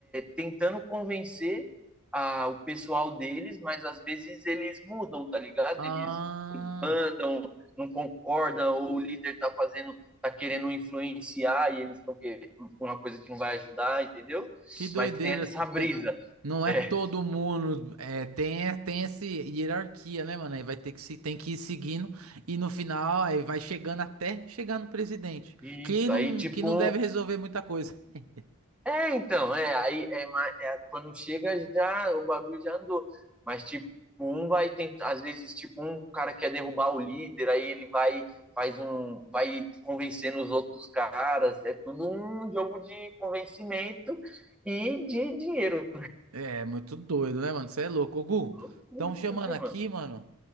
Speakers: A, in the centre; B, on the right.
A: tentando convencer a- o pessoal deles, mas às vezes eles mudam, tá ligado?
B: Ah.
A: Eles mandam, não concordam, ou o líder tá fazendo, tá querendo influenciar e eles estão querendo uma coisa que não vai ajudar, entendeu?
B: Que doideira.
A: Mas tem essa
B: Tem...
A: brisa.
B: Não é
A: É,
B: todo mundo. É, tem, é- tem essa hierarquia, né, mano? Aí vai ter que se, tem que ir seguindo e no final aí vai chegando até chegar no presidente.
A: isso.
B: Que não,
A: Aí, tipo,
B: que não deve resolver muita coisa. <laughs>
A: É, então, é, aí é, ma- é, quando chega já o bagulho já andou. Mas tipo, um vai tentar, às vezes tipo um cara quer derrubar o líder, aí ele vai faz um vai convencendo os outros caras, é tudo um jogo de convencimento e de dinheiro.
B: É muito doido, né, mano? Você é louco. Ô, Gu,
A: Loucura,
B: estão chamando
A: né,
B: aqui,
A: mano?
B: mano.